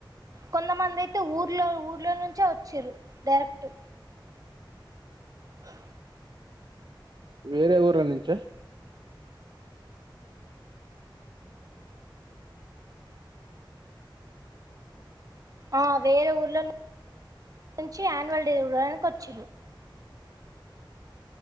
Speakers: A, on the right (about 45°); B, on the right (about 60°).
A: కొందమందైతే ఊర్లో ఊర్లో నుంచే వచ్చిరు డైరెక్ట్ అ
B: వేరే ఊరు నుంచ
A: ఆ వేరే ఊర్లో నుంచి యాన్యువల్ డే చూడడానికి వచ్చిర్రు